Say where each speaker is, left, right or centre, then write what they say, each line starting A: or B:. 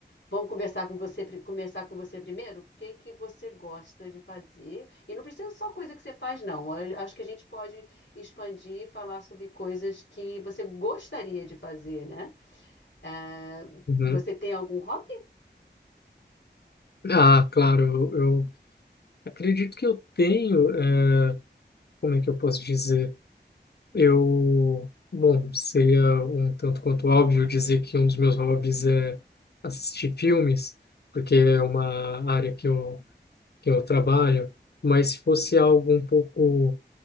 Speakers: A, on the left; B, on the left.
A: Vamos conversar com você, pri- começar com você primeiro? O que que você gosta de fazer? E não precisa só coisa que você faz, não. A- Acho que a gente pode expandir e falar sobre coisas que você gostaria de fazer, né? Ah,
B: Uhum.
A: você tem algum hobby?
B: Ah, claro, eu, eu acredito que eu tenho, eh, como é que eu posso dizer? Eu, bom, seria um tanto quanto óbvio dizer que um dos meus hobbies é assistir filmes, porque é uma área que eu, que eu trabalho, mas se fosse algo um pouco